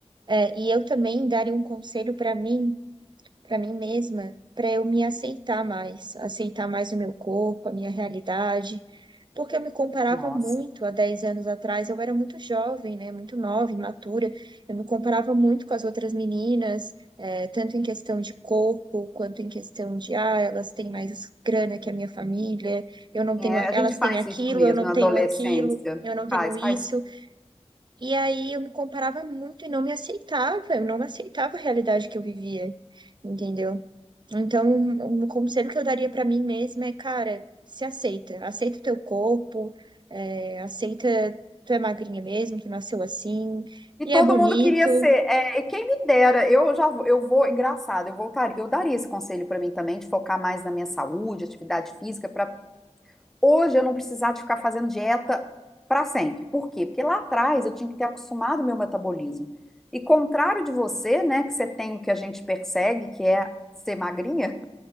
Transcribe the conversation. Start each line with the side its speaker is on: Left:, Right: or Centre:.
Right: É, e eu também daria um conselho para mim para mim mesma, para eu me aceitar mais, aceitar mais o meu corpo, a minha realidade, porque eu me comparava
Centre: Nossa.
Right: muito há 10 anos atrás, eu era muito jovem, né, muito nova, imatura, eu me comparava muito com as outras meninas, eh, tanto em questão de corpo, quanto em questão de, ah, elas têm mais grana que a minha família, eu não tenho,
Centre: É, a
Right: elas
Centre: gente
Right: têm
Centre: faz
Right: aquilo,
Centre: isso mesmo
Right: eu não
Centre: na
Right: tenho
Centre: adolescência.
Right: aquilo. Eu não tenho
Centre: Faz,
Right: isso.
Centre: faz
Right: E aí eu me comparava muito e não me aceitava. Eu não aceitava a realidade que eu vivia, entendeu? Então, um conselho que eu daria pra mim mesma é, cara, se aceita. Aceita o teu corpo, é, aceita, tu é magrinha mesmo, tu nasceu assim,
Centre: E
Right: e
Centre: todo
Right: é bonito.
Centre: mundo queria ser. é, e quem me dera, eu já vou- eu vou, engraçado, eu voltaria, eu daria esse conselho para mim também, de focar mais na minha saúde, atividade física, para hoje eu não precisar de ficar fazendo dieta para sempre. Por quê? Porque lá atrás eu tinha que ter acostumado o meu metabolismo. E contrário de você, né, que você tem o que a gente persegue, que é ser magrinha,